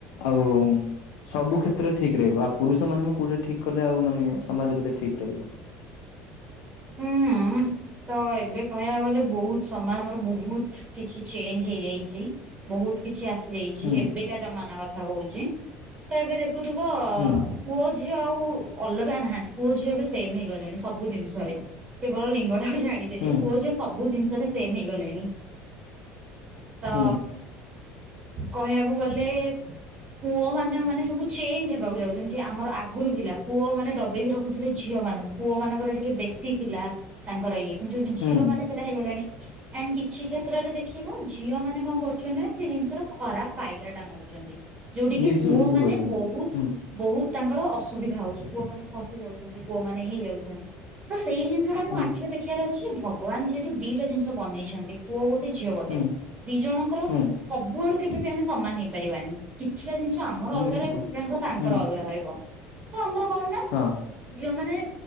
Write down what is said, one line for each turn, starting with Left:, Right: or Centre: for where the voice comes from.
Left: ଆଉ ସବୁ କ୍ଷେତ୍ରରେ ଠିକ ରହିବ ଆଉ ପୁରୁଷ ମାନେ କୋଉଟା ଠିକ କଲେ ଆଉ ମାନେ ସମାଜ ପ୍ରତି ଠିକ ରହିବ?
Right: ହୁଁ ତ ଏବେ କହିବାକୁ ଗଲେ ବହୁତ ସମାଜ ଆମର ବହୁତ କିଛି ଚେଞ୍ଜ ହେଇଯାଇଛି ବହୁତ କିଛି ଆସିଯାଇଛି
Left: ହୁଁ
Right: ଏବେକା ଜମାନା କଥା କହୁଛି ତ ଏବେ ଦେଖୁଥିବ
Left: ହୁଁ
Right: ପୁଅ ଝିଅ ଆଉ ଅଲଗା ନାହାନ୍ତି ପୁଅ ଝିଅ ବି ସେମ୍ ହେଇଗଲେଣି ସବୁ ଜିନିଷରେ। କେବଳ ଲିଙ୍ଗ ଟାକୁ ଛାଡିଦେଲେ
Left: ହୁଁ
Right: ପୁଅ ଝିଅ ସବୁ ଜିନିଷରେ ସେମ୍ ହେଇଗଲେଣି। ତ
Left: ହୁଁ
Right: କହିବାକୁ ଗଲେ ପୁଅ ମାନେ ମାନେ ସବୁ ଚେଞ୍ଜ ହେବାକୁ ଯାଉ ଯେମିତି ଆମର ଆ ଗୁରୁ ଥିଲା ପୁଅ ମାନେ ଦବେଇକି ରଖୁଥିଲେ ଝିଅ ମାନଙ୍କୁ ପୁଅ ମାନଙ୍କର ଟିକେ ବେଶୀ ଥିଲା ତାଙ୍କର ଇଏ। କିନ୍ତୁ ଏବେ
Left: ହୁଁ
Right: ଝିଅ ମାନେ ସେଇଟା ହେଇଗଲାଣି। ଏଣ୍ଡ କିଛି କ୍ଷେତ୍ରରେ ଦେଖିବ ଝିଅ ମାନେ କଣ କରୁଛନ୍ତି ନା ସେ ଜିନିଷର ଖରାପ ଫାଇଦା ଟା ନଉଛନ୍ତି ଯୋଉଠି କିି
Left: ମିସୟୁଜ୍
Right: ପୁଅ
Left: ବି
Right: ମାନେ
Left: କରୁଛନ୍ତି।
Right: ବହୁତ
Left: ହୁଁ
Right: ବହୁତ ତାଙ୍କର ଅସୁବିଧା ହଉଛି ପୁଅ ମାନେ ଫସି ଯାଉଛନ୍ତି ପୁଅ ମାନେ ଇଏ ହୋଇଯାଉଛନ୍ତି। ସେଇ ଜିନିଷଟା
Left: ହୁଁ
Right: ଆଖିରେ ଦେଖିବାର ଅଛି ଯେ ଭଗବାନ ଯେହେତୁ ଦିଇଟା ଜିନିଷ ବନେଇଛନ୍ତି ପୁଅ ଗୋଟେ ଝିଅ ଗୋଟେ
Left: ହୁଁ
Right: ଦି ଜଣଙ୍କର
Left: ହୁଁ
Right: ସବୁଆଡୁ କେବେ ବି ଆମେ ସମାନ ହେଇପାରିବାନି। କିଛିଟା ଜିନିଷ ଆମର ଅଲଗା
Left: ନିଶ୍ଚିତ
Right: ରହିବ କିଛିଟା ଜିନିଷ ତାଙ୍କର
Left: ହୁଁ
Right: ଅଲଗା ରହିବ। ତ ଆମର କଣ ନା
Left: ହଁ
Right: ଝିଅ ମାନେ